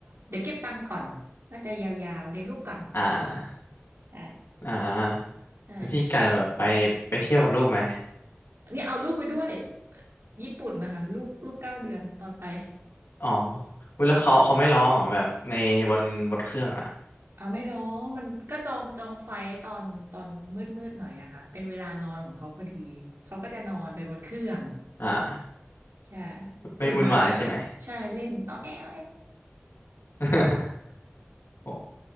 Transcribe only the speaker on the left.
อ่า
อ่าแล้วพี่กะจะแบบไปไปเที่ยวกับลูกไหม
อ๋ออุ๊ยแล้วเขาเขาไม่ร้องเหรอแบบในบนบนเครื่องอ่ะ
อ่า
ไม่วุ่นวายใช่ไหม
<laughs> โอ้